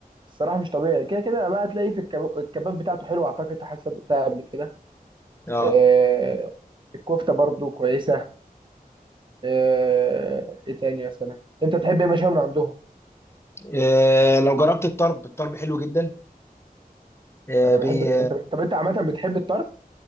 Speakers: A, on the right; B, on the left.
A: الصراحه مش طبيعي كده كده بقى تلاقيه في الكب... الكباب بتاعته حلو اعتقد حاسه دقتها قبل كده
B: اه
A: آه الكفته برضو كويسه آه ايه تاني مثلا انت بتحب ايه مشاوي من عندهم
B: إيه، لو جربت الطرب الطرب حلو جدا إيه،
A: انا
B: بي
A: بحب الت- انت طب انت عامه بتحب الطرف